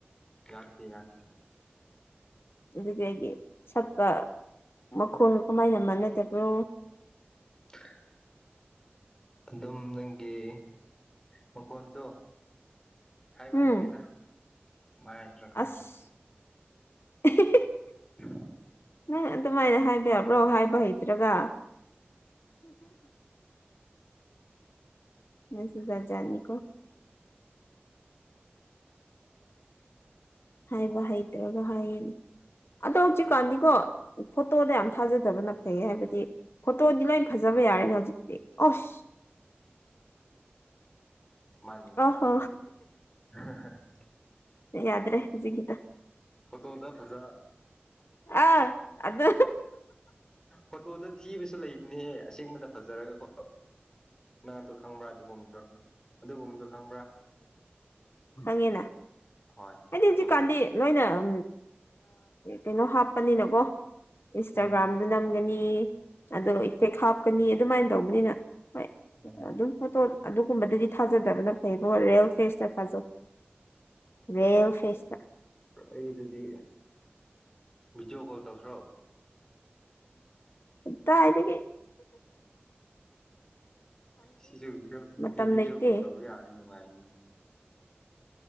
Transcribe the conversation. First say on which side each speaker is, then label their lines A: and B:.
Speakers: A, on the left; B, on the left.
A: ꯌꯥꯥꯛꯇ ꯌꯥꯥꯛꯇ
B: ꯑꯗꯨꯗꯤ ꯁꯛꯀ ꯃꯈꯣꯟꯒ ꯀꯃꯥꯏꯅ ꯃꯥꯟꯅꯗꯕꯅꯣ
A: <unintelligible> ꯑꯗꯨꯝ ꯅꯪꯒꯤ ꯃꯈꯣꯟꯗꯣ ꯍꯥꯏꯕ
B: ꯎꯝ
A: ꯍꯥꯏꯇꯦꯗ ꯃꯥꯏꯁꯤꯔꯥ ꯈꯪꯗ꯭ꯔꯦ
B: ꯑꯁ <unintelligible>
A: ꯎ
B: ꯅꯪ ꯑꯗꯨꯃꯥꯏꯅ ꯍꯥꯏꯕꯤꯔꯕ꯭ꯔꯣ ꯍꯥꯏꯕ ꯍꯩꯇ꯭ꯔꯒ ꯑꯦꯁꯖꯖꯥꯅꯤꯀꯣ ꯍꯥꯏꯥꯏꯕ ꯍ ꯏꯗ꯭ꯔꯣꯒ ꯍꯟ ꯑꯗꯣ ꯍꯧꯖꯤꯛꯀꯥꯟꯗꯤꯀꯣ ꯐꯣꯇꯣꯗ ꯌꯥꯝ ꯊꯥꯖꯗꯕꯅ ꯐꯩ ꯍꯥꯏꯕꯗꯤ ꯐꯣꯇꯣꯗꯤ ꯂꯣꯏ ꯐꯖꯕ ꯌꯥꯔꯦꯅꯦ ꯍꯧꯖꯤꯛꯇꯤ ꯑꯁ
A: ꯃꯥꯅꯤ ꯃꯥꯅꯤ
B: ꯑꯍꯣ
A: ꯆꯨꯃꯦ <unintelligible>
B: ꯌꯥꯗ꯭ꯔꯦ ꯍꯧꯖꯤꯒꯤꯗ
A: ꯐꯣꯇꯣꯗ ꯐꯖ
B: ꯑꯥ ꯑꯗꯨ
A: ꯐꯣꯇꯣꯗ ꯊꯤꯕꯁꯨ ꯂꯩꯕꯅꯦꯍꯦ ꯑꯁꯦꯡꯕꯗ ꯐꯖꯔꯒꯀꯣ ꯅꯪꯗꯣ ꯈꯪꯕ꯭ꯔꯥ ꯑꯗꯨꯒꯨꯝꯕꯗꯣ ꯑꯗꯨꯒꯨꯝꯕꯗꯣ ꯈꯪꯕ꯭ꯔꯥ
B: ꯍꯪꯉꯦꯅ
A: ꯍꯣꯏ
B: ꯍꯥꯏꯗꯤ
A: ꯐꯣꯇꯣꯗ
B: ꯍꯧꯖꯤꯛꯀꯥꯟꯗꯤ ꯅꯣꯏꯅ ꯎ ꯀꯩꯅꯣ ꯍꯥꯞꯄꯅꯤꯅꯀꯣ ꯏꯟꯁꯇꯥꯒ꯭ꯔꯥꯝ
A: ꯎꯝ
B: ꯅꯤ ꯑꯗꯣ ꯏꯐꯦꯛ ꯍꯥꯞꯀꯅꯤ ꯑꯗꯨꯃꯥꯏꯅ ꯇꯧꯕꯅꯤꯅ ꯍꯣꯏ
A: ꯎꯝ
B: ꯑꯗꯨꯝ ꯐꯣꯇꯣ ꯑꯗꯨꯒꯨꯝꯕꯗꯗꯤ ꯊꯥꯖꯗꯕꯅ ꯐꯩꯕꯣ ꯔꯔꯤꯌꯦꯜ ꯐꯦꯁꯇ ꯊꯥꯖ ꯔꯦ ꯐꯁꯇ
A: ꯑꯩ ꯑꯗꯨꯗꯤ ꯚꯗꯤꯑꯣ ꯀꯣꯜ ꯇꯧꯁ꯭ꯔꯣ
B: ꯗ ꯍꯥꯏꯗ ꯀ
A: ꯁꯤꯁꯨ
B: ꯃꯇꯝ
A: ꯚꯗꯤꯑꯣ
B: ꯂꯩꯇꯦ
A: ꯀꯣꯜ ꯇꯧꯕ ꯌꯥꯔꯗꯤ ꯅꯨꯡꯉꯥꯏꯅꯤ